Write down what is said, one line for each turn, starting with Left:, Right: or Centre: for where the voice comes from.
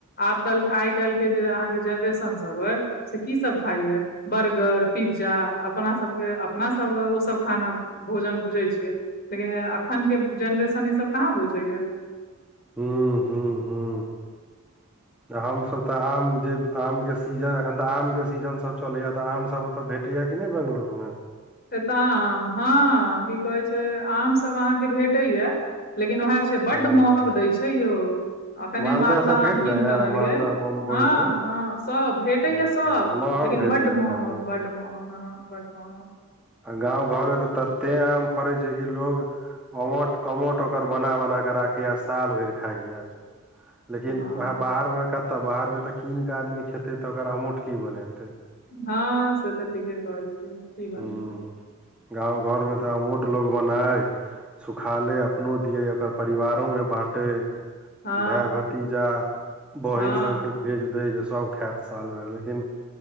Left: आब आइ काल्ह केहर ससब <unintelligible> से की सब खाइय बर्गर पिज्जा अपना सबके अपना सब ओ सब खाना भोजन बुझैे छिये लेकिन अखन के जेनरेशन ई सब कहाँ बुझे या
Centre: हूँ
Left: ह्म
Centre: हूँ
Left: <inaudible>
Centre: हूँ हमसभ तऽ आम जे आम के सीजन एखन तऽ आम के सीजन सब चलैया तऽ आमसभ तऽ भेटैया कि नै बेैंगलुर मे
Left: एताऽ आम हँ की कहै छै आमसभ अहाँके भेटैएा लेकिन उएह छै बड्ड
Centre: ओ
Left: महग दै छै यौ अखने
Centre: मालदह
Left: मालद
Centre: सब
Left: आम
Centre: भेट
Left: कीन
Centre: जाया
Left: कऽ अनलियै
Centre: मालदह बम्बई
Left: हँ
Centre: सब
Left: हँ सब भेटैएा
Centre: हँ
Left: सब
Centre: महग
Left: लेकिन
Centre: भेटैया
Left: बड महग
Centre: खाली
Left: बड महग हँ बड महग
Centre: आ गाव घरमे तते आम फरैय छैय की लोग ओमट अमोट ओकर बना बना क राखैया साल भरि खाइया लेकिन
Left: हँ
Centre: वेह बाहर मे कतअ बाहरमे तऽ कीन कऽ आदमी खेत तऽ ओकर अमोट की बनेतय।
Left: हँ, से तऽ ठीके कहै छियै की बनेतै
Centre: हूँ गाँव घर मे तऽ अमूठ लोग बनाय सुखालै अपनो दियै ओकर परिवारोमे बाँटै।
Left: हँ
Centre: भाय भतीजा बहिन
Left: हँ
Centre: सबके भेज देै जे सब खायत साल भैर लेकिन